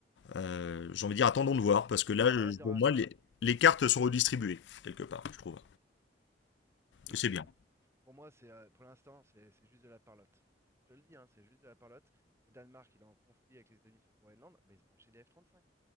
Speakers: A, on the left; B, on the right.
A: Euh, j'ai envie de dire, attendons de voir, parce que là,
B: Alors,
A: je-
B: regarde le
A: pour
B: Rafale.
A: moi, les, les cartes sont redistribuées, quelque part, je trouve.
B: Hmm.
A: Et c'est bien.
B: Pour moi, c'est euh, pour l'instant, c'est c'est juste de la parlotte. Je te le dis, hein, c'est juste de la parlotte. Le Danemark, il est en conflit avec les États-Unis sur le Groenland, bah, ils ont racheté des F-35.